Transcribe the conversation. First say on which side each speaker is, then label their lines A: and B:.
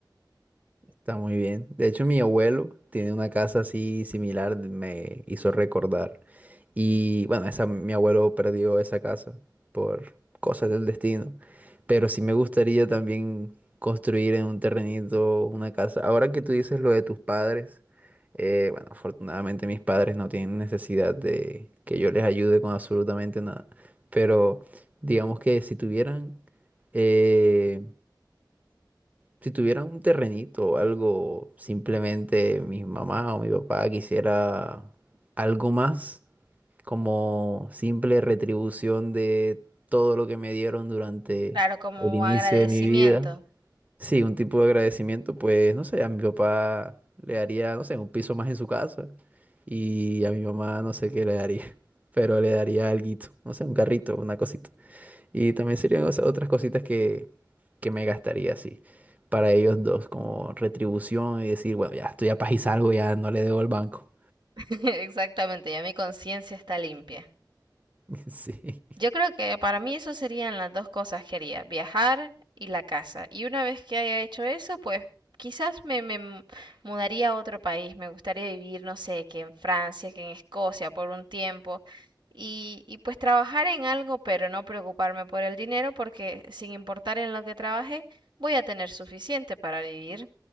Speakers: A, on the right; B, on the right.
A: Está muy bien. De hecho, mi abuelo tiene una casa así similar, me hizo recordar. Y bueno, esa, mi abuelo perdió esa casa por cosas del destino. Pero sí me gustaría también construir en un terrenito una casa. Ahora que tú dices lo de tus padres, eh, bueno, afortunadamente mis padres no tienen necesidad de que yo les ayude con absolutamente nada. Pero digamos que si tuvieran... eh, si tuviera un terrenito o algo, simplemente mi mamá o mi papá quisiera algo más como simple retribución de todo lo que me dieron durante
B: Claro, como
A: el inicio
B: agradecimiento.
A: de mi vida. Sí, un tipo de agradecimiento, pues no sé, a mi papá le daría, no sé, un piso más en su casa y a mi mamá no sé qué le daría, <laughs> pero le daría alguito, no sé, un carrito, una cosita. Y también serían o sea, otras cositas que, que me gastaría así para ellos dos, como retribución y decir, bueno, ya estoy a paz y salgo, ya no le debo al banco.
B: <laughs> Exactamente, ya mi conciencia está limpia.
A: <laughs> Sí,
B: Yo creo que para mí eso serían las dos cosas que haría, viajar y la casa. Y una vez que haya hecho eso, pues quizás me, me mu- mudaría a otro país. Me gustaría vivir, no sé, que en Francia, que en Escocia por un tiempo. Y, y pues trabajar en algo, pero no preocuparme por el dinero, porque sin importar en lo que trabaje, voy a tener suficiente para vivir.